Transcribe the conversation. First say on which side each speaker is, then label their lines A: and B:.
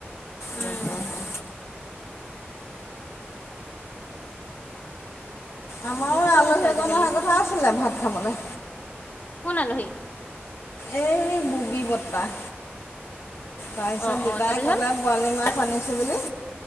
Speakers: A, on the left (about 80°); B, on the left (about 40°).
A: তাকে
B: উম
A: হে। আমাৰো
B: দুষ্ট
A: আলহী
B: হৈছে
A: এজন
B: আজিকালি
A: অহাৰ কথা আছিলে ভাত খাবলৈ।
B: কোন আলহী?
A: এই ববি বটাহ। তাৰপিছত
B: অ
A: দেউতাই
B: অ তাৰপিছত
A: কলে বৰালি মাছ আনিছো বুলি,